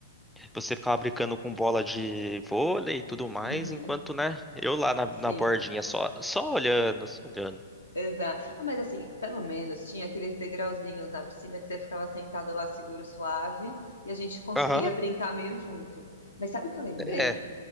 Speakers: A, in the centre; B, on the left.
A: você ficava brincando com bola de vôlei e tudo mais,
B: Uhum.
A: enquanto, né, eu lá na, na
B: Sim.
A: bordinha, só, só olhando, só olhando.
B: Exato. Ah, mas assim, pelo menos tinha aqueles degrauzinhos na piscina que você ficava sentado lá seguro, suave, e a gente conseguia
A: Aham,
B: brincar meio junto. Mas sabe o que eu lembrei?
A: é.